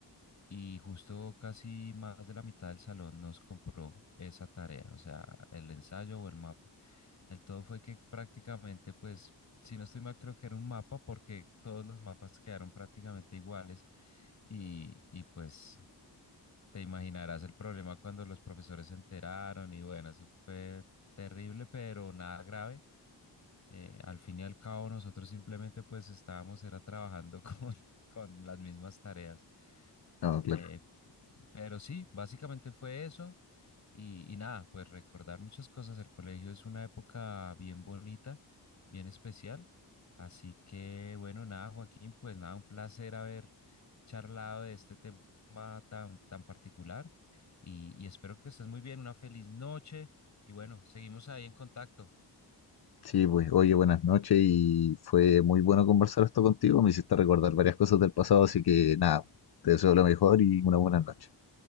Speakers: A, on the left (about 40°); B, on the left (about 60°).
A: y justo casi más de la mitad del salón nos compró esa tarea, o sea, el ensayo o el mapa. El todo fue que prácticamente, pues, si no estoy mal, creo que era un mapa porque todos los mapas quedaron prácticamente iguales y, y pues te imaginarás el problema cuando los profesores se enteraron y bueno, eso fue terrible, pero nada grave eh, al fin y al cabo nosotros simplemente pues estábamos era trabajando <laughs> con, con las mismas tareas.
B: no,
A: Eh,
B: claro.
A: pero sí, básicamente fue eso y, y nada, pues recordar muchas cosas. El colegio es una época bien bonita, bien especial. Así que bueno, nada, Joaquín, pues nada, un placer haber charlado de este tema tan, tan particular y, y espero que estés muy bien, una feliz noche y bueno, seguimos ahí en contacto.
B: Sí, pues, oye, buenas noches y fue muy bueno conversar esto contigo. Me hiciste recordar varias cosas del pasado, así que nada, te deseo lo mejor y una buena noche.